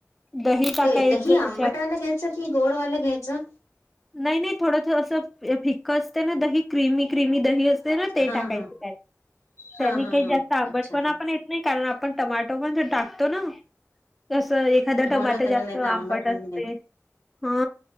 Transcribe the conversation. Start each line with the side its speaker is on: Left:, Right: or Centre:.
Centre: दही टाकायचं
Left: ते दही आंबटवाला
Centre: त्याच्यात
Left: घ्यायचं. की गोडवाला घ्यायचं.
Centre: नाही नाही थोडं असं फिक्क असतं ना दही क्र्रीमी क्र्रीमी दही अस. ते
Left: हा
Centre: टाकायच
Left: हा
Centre: त्यात
Left: हा
Centre: त्यांनी
Left: हा
Centre: काही जास्त
Left: हा
Centre: आंबटपणा
Left: अच्छा
Centre: पण येत नाही. कारण आपण टमाॅटो पण टाकतो ना. कसं एखादं टमाट
Left: हो ना त्यांना
Centre: जास्त
Left: नाही
Centre: आंबट
Left: तर होऊन
Centre: असते
Left: जाईल
Centre: हा.